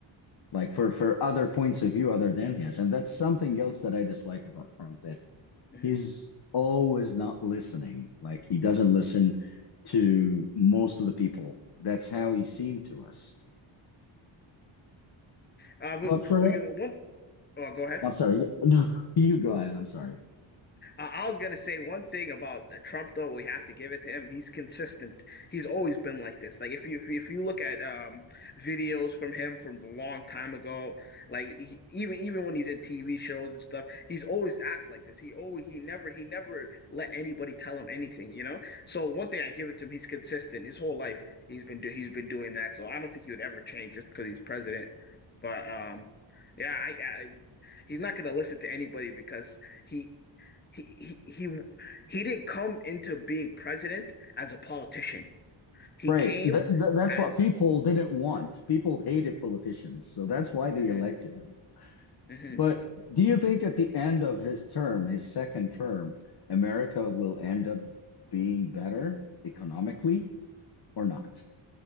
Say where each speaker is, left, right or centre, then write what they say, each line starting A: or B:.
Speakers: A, on the left; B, on the left.
A: like for for other points of view other than his and that's something else that i dislike about trump that
B: Uh huh.
A: he's always not listening like he doesn't listen to most of the people that's how he seemed to us
B: Uh, huh.
A: but for
B: we, we one. Oh, go ahead.
A: i'm sorry <laughs> no you go ahead i'm sorry
B: Uh, I was gonna say one thing about Trump though. We have to give it to him. He's consistent. He's always been like this. Like if you if you, if you look at um, videos from him from a long time ago, like he, even even when he's in TV shows and stuff, he's always act like this. He always he never he never let anybody tell him anything. You know. So one thing I give it to him, he's consistent. His whole life he's been do he's been doing that. So I don't think he would ever change just because he's president. But um, yeah, I, I he's not going to listen to anybody because he he he he, he didn't come into being president as a politician. He
A: Right.
B: came
A: That, that, that's
B: as
A: what people didn't want.
B: mhm,
A: People hated politicians. So that's why they
B: mhm,
A: elected him.
B: mhm.
A: But do you think at the end of his term, his second term, America will end up being better economically or not?